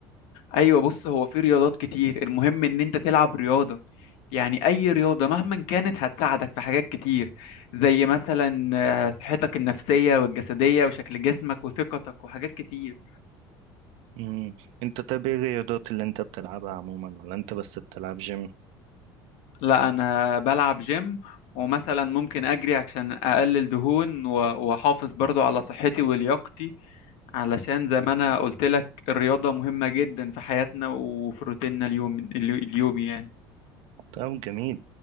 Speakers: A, on the left; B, on the right.
A: ايوه بص هو في رياضات كتير المهم ان انت تلعب رياضة يعني اي رياضة مهما كانت هتساعدك في حاجات كتير زي مثلا آه، صحتك النفسية والجسدية وشكل جسمك وثقتك وحاجات كتير
B: مم. أنت طب إيه الرياضات اللي أنت بتلعبها عموما ولا أنت بس بتلعب جيم؟
A: لا انا بلعب جيم ومثلا ممكن اجري عشان اقلل دهون و- واحافظ برضو على صحتي ولياقتي علشان زي ما انا قلت لك الرياضة مهمة جدا في حياتنا وفي روتيننا اليوم اليومي يعني
B: طب جميل